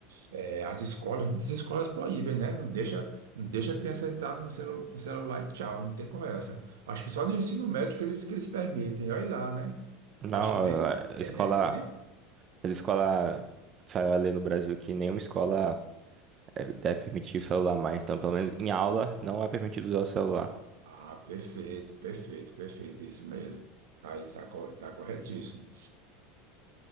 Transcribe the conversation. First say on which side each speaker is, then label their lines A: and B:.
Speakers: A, on the right; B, on the right.
A: eh, as escolas, muitas escolas proíbem, né? Não deixa, não deixa a criança entrar no celu, com o celular e tchau, não tem conversa. Acho que só no ensino médio que eles, que eles permitem, olha lá, né?
B: Não,
A: Acho que nem,
B: a
A: nem,
B: a escola,
A: nem, nem.
B: as escolas saiu a lei no Brasil que nenhuma escola é, deve permitir o celular mais, então pelo menos em aula não é permitido usar o celular.
A: Ah, perfeito, perfeito, perfeito, isso mesmo. Tá, aí, tá, cor- tá corretíssimo.